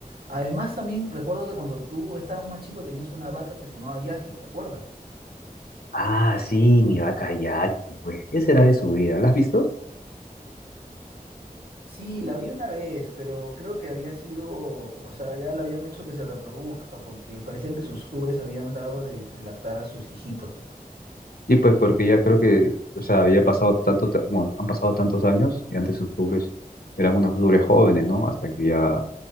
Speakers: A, on the right; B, on the left.
A: Además, también recuerdo que cuando tú estabas más chico tenías una vaca que se llamaba Jackie, ¿te acuerdas?
B: Ah, sí, mi vaca Jackie, pues, ¿qué será de su vida? ¿La has visto?
A: Sí, la vi una vez, pero creo que había sido, o sea, ya la habían hecho que se reproduzca porque parecían que sus ubres habían dado de, de lactar a sus hijitos.
B: Sí, pues porque ya creo que, o sea, había pasado tanto, ta- bueno, han pasado tantos años y antes sus pobres eran unos pobres jóvenes, ¿no? Hasta que ya,